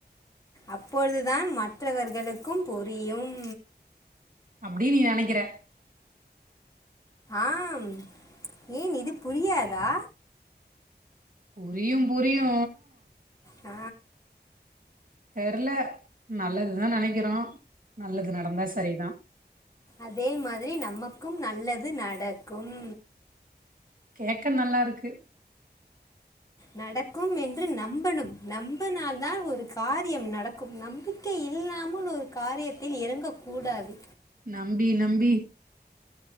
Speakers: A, on the left; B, on the right.
A: அப்பொழுதுதான் மற்றவர்களுக்கும் புரியும்
B: அப்டி நீ நெனைக்கிற
A: ஆம் ஏன் இது புரியாதா
B: புரியும் புரியு
A: ஆ
B: தெரல நல்லது தா நெனைக்கிறோ நல்லது நடந்தா சரி தா
A: அதே மாதிரி நமக்கும் நல்லது நடக்கும்
B: கேக்க நல்லா இருக்கு
A: நடக்கும் என்று நம்பணும் நம்பனால்தான் ஒரு காரியம் நடக்கும் நம்பிக் கை இல்லாமல் ஒரு காரியத்தில் இறங்க கூடாது
B: நம்பி நம்பி